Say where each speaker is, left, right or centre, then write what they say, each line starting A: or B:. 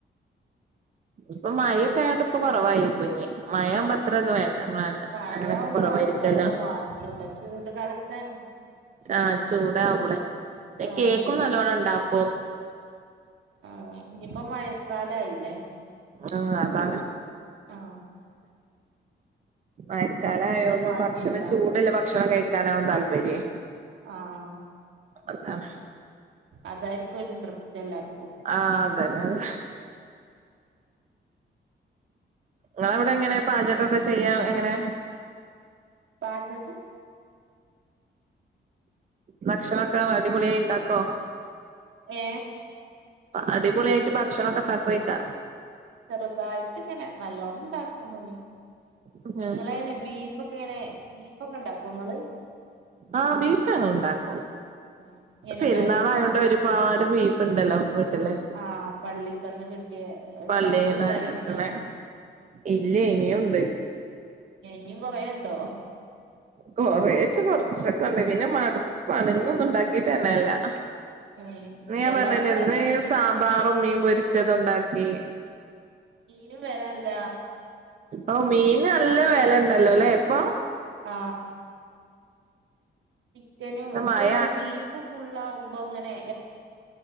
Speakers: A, on the right (about 40°); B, on the right (about 85°).
A: ഇപ്പൊ മഴൊക്കെ ആയോണ്ട് ഇപ്പൊ കൊറവായിരിക്കും ഇഞ്ഞ് മയാവുമ്പം അത്ര ത് വേ വേണ്ട
B: മഴയാവുമ്പോ
A: അങ്ങനെയൊക്കെ കൊറവായിരിക്കല്ലോ
B: ആർക്കും അങ്ങനെ വാണ്ട്യല്ല ചൂട് കാലത്താണ്
A: ആ ചൂടാവുമ്പളെ
B: ആഹ്
A: കേക്കും
B: ഇഞ്ഞിപ്പ
A: നല്ലോണം ണ്ടാക്കും
B: ആ ഇഞ്ഞിപ്പ മഴക്കാലായില്ലേ
A: ആ അതാണ്
B: ആ
A: മയക്കാല ആയോണ്ട്
B: വാണ്ടിയല്ല
A: ഭക്ഷണം ചൂട്ള്ള ഭക്ഷണം കഴിക്കാനാവും താല്പര്യേ
B: ആഹ്
A: അതാണ്
B: അതായിരിക്കും ഇൻട്രസ്റ്റ് എല്ലാർക്കും
A: ആഹ് അതന്നെ അത് ങ്ങളവിടെ എങ്ങനെ പാചകൊക്കെ ചെയ്യാൻ എങ്ങനെ
B: പാചകം
A: ഭക്ഷണം ഒക്കെ അടിപൊളിയായി ണ്ടാക്കോ
B: ഏ
A: അടിപൊളിയായിട്ട് ഭക്ഷണൊക്കെണ്ടാക്കോയ്ക്കാ
B: ചെറുതായിട്ട്ങ്ങനെ നല്ലോണണ്ടാക്കുന്നി
A: ഉം
B: നിങ്ങളങ്ങനെ ബീഫൊക്കെങ്ങനെ ബീഫോക്കെണ്ടാ ങ്ങള്
A: ആ ബീഫ് ഞങ്ങള്ണ്ടാക്കും
B: ഇങ്ങനെ
A: പെരുന്നാളായോണ്ട്
B: വര
A: ഒരുപാട് ബീഫ്ണ്ടല്ലോ വീട്ടില്ലെ
B: ആ പള്ളിക്കന്ന് കിട്ടിയ ഉണ്ടാക്കി
A: പള്ളീന്ന്
B: കഴിഞ്ഞോ
A: എത്ത്ണ ഇല്ലേ ഇനിയുണ്ട്.
B: ഇനിയും കൊറേണ്ടോ
A: കൊറേച്ച കുറച്ച് ക്കണ് പിന്നെ മടുപ്പാണ് ഇന്നൊന്നും ഉണ്ടാക്കിട്ടന്നെല്ല അ
B: ഏ
A: അത് ഞാൻ
B: എല്ലാർക്കും
A: പറഞ്ഞിലേ ഇന്ന്
B: അതന്നെ
A: സാമ്പാറും
B: മീ
A: മീംപൊരിച്ചതുണ്ടാക്കി
B: ഞ്ഞും വെരാല്ല
A: ഓ മീൻ നല്ല വെല ണ്ടല്ലോലേ ഇപ്പോ
B: ആ ചിക്കനും
A: ഇത്
B: ഇപ്പൊ
A: മഴ
B: അയ്ന് ബീഫ് ഫുള്ളാകുമ്പോങ്ങനെ